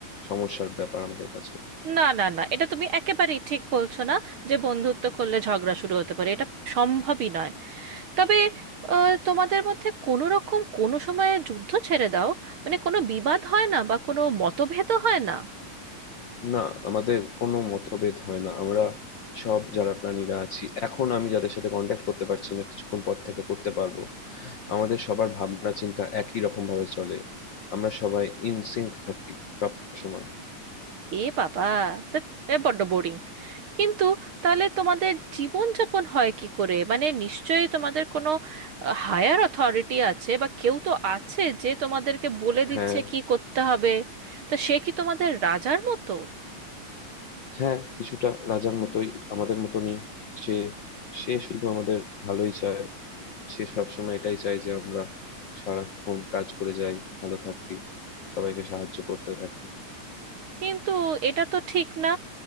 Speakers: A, on the left; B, on the right.
A: সমস্যার ব্যাপার আমাদের কাছে
B: না না না এটা তুমি একেবারেই ঠিক বলছো না যে বন্ধুত্ব করলে ঝগড়া শুরু হতে পারে এটা সম্ভবই নয় তবে আহ, তোমাদের মধ্যে কোনো রকম কোনো সময়ে যুদ্ধ ছেড়ে দাও মানে কোনো বিবাদ হয় না বা কোনো মতভেদ হয় না
A: না আমাদের কোনো মতভেদ হয় না আমরা সব যারা প্রাণীরা আছি এখন আমি যাদের সাথে কন্ট্যাক্ট করতে পারছি না কিছুক্ষণ পর থেকে করতে পারবো আমাদের সবার ভাবনা চিন্তা একই রকম ভাবে চলে আমরা সবাই ইনসিঙ্ক থাকি সব সময়
B: এ বাবা তা এ বড্ড বোরিং কিন্তু তাহলে তোমাদের জীবনযাপন হয় কি করে মানে নিশ্চয়ই তোমাদের কোনো হায়ার অথরিটি আছে বা কেউ তো আছে যে তোমাদেরকে বলে দিচ্ছে
A: হ্যাঁ
B: কি করতে হবে তা সে কি তোমাদের রাজার মতো
A: হ্যাঁ কিছুটা রাজার মতোই আমাদের মতনই সে সে শুধু আমাদের ভালোই চায় সে সবসময় এটাই চায় যে আমরা সারাক্ষণ কাজ করে যাই ভালো থাকি সবাইকে সাহায্য করতে থাকি
B: কিন্তু এটা তো ঠিক না